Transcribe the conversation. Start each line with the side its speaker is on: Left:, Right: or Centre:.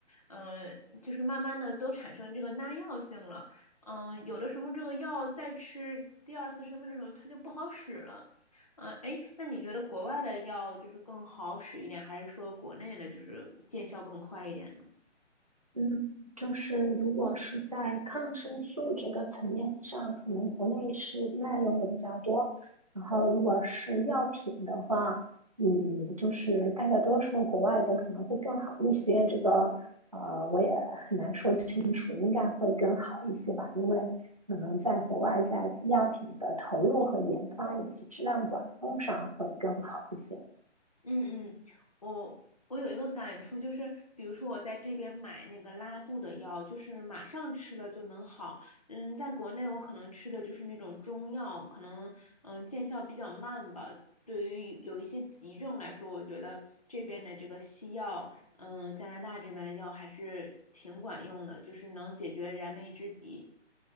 Left: 嗯，就是慢慢的都产生这个耐药性了，嗯，有的时候这个药再吃第二次生病的时候，它就不好使了，嗯，哎，那你觉得国外的药就是更好使一点，还是说国内的就是见效更快一点呢？
Right: 嗯，就是如果是在抗生素这个层面上，可能国内是滥用的比较多。然后如果是药品的话，嗯，就是大家都说国外的可能会更好一些，这个呃我也很难说清楚，应该会更好一些吧，因为可能在国外在药品的投入和研发以及质量管控上会更好一些。
Left: 嗯嗯，我我有一个感触，就是比如说我在这边买那个拉肚的药，就是马上吃了就能好。嗯，在国内我可能吃的就是那种中药，可能嗯见效比较慢吧。对于有一些急症来说，我觉得这边的这个西药，嗯，加拿大这边的药还是挺管用的，就是能解决燃眉之急。